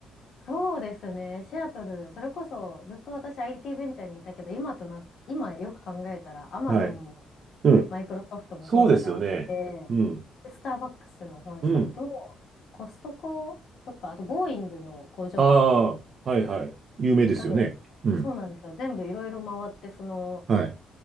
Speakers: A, on the left; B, on the right.
A: そうですね。シアトル、それこそずっと私 IT ベンチャーにいたけど、今とな、今よく考えたら、アマゾンも
B: はい。うん。
A: マイクロソフトも本社があって、
B: そうですよね。うん。
A: でスターバックスの本社と、
B: うん。
A: コストコとか、あとボーイングの工場とかも。
B: ああ、はいはい。有名ですよね。
A: なんで、
B: うん。
A: そうなんですよ。全部いろいろ回って、その、
B: はい